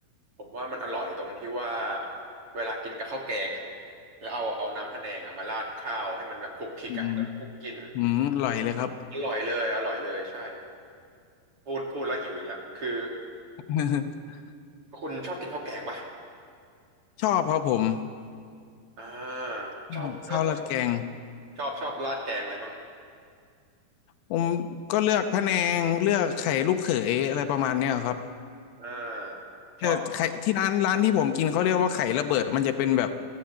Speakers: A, on the right; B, on the left.
A: ผมว่ามันอร่อยตรงที่ว่าเวลากินกับข้าวแกงอ่ะแล้วเอาเอาน้ำพะแนงอ่ะมาราดข้าวให้มันแบบคลุกคลิกอ่ะแล้วคลุกกิน
B: อืมอืมอร่อยเลยครับ
A: อร่อยเลยอร่อยเลยใช่พูดพูดแล้วหิวอีกแลวคือ
B: <laughs>
A: คุณชอบกินข้าวแกงป่ะ
B: ชอบครับผม
A: อ่า
B: ชอบข้าวราดแกง
A: ชอบชอบชอบชอบราดแกงอะไรมั่ง
B: ผมก็เลือกพะแนงเลือกไข่ลูกเขยอะไรประมาณเนี้ยครับ
A: อ่าชอบ
B: แต่ไข่ที่ร้านร้านที่ผมกินเขาเรียกว่าไข่ระเบิดมันจะเป็นแบบ